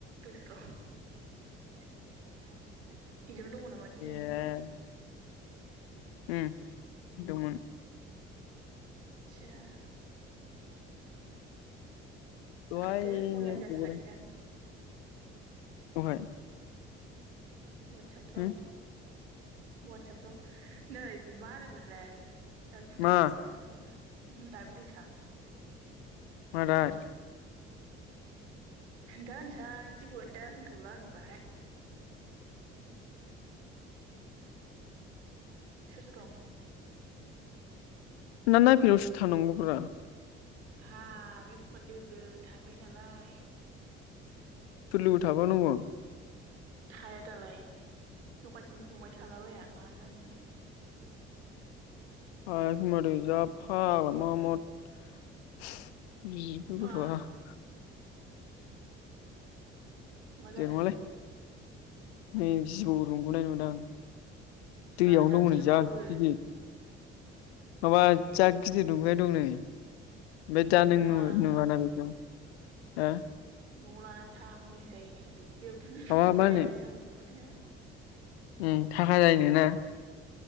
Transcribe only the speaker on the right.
सोराव <inaudible> एगजाम दङ' नामा दिनै?
आदसा।
आंखायसो अनलाइन जाथाराखैदां।
वातसापफ्राव
वाटसापफ्राव नै मा होनोमोनलाय? दा बुंथ'लालां
दायो बुंसै आं। दायो बुंसै आं।
दा होनसै आं जेबो दा होनथ'ला आङो बाहाय। सोर सोर दं?
हाब एखमबा लोगो थाबाय नालाय।
थाया दालाय दखानथिम फंबाय थालाबाया मा न मोनोनलाय बे।
मा मा
जादों।
बा दानस्लायबावो।
न'आव
लानानै थां
न'आव लानानै था मुलि जायो बि। देवदुनो
रुंगुनाया
जिउ रुंगुनाया।